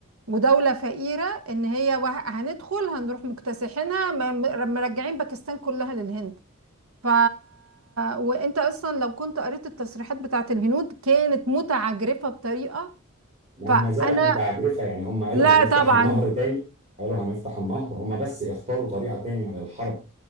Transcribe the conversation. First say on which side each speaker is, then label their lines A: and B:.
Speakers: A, on the right (about 75°); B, on the right (about 30°).
A: ودولة فقيرة ان هي وه- هندخل هنروح مكتسحينها م- م- مرجعين باكستان كلها للهند ف وانت اصلا لو كنت قريت التصريحات بتاعت الهنود كانت متعجرفة بطريقة
B: ما
A: فانا
B: هي ما زالت متعجرفه يعني هم قالوا
A: لا
B: هنفتح
A: طبعا
B: النهر تاني قالوا هنفتح النهر هم بس اختاروا طريقه تانية للحرب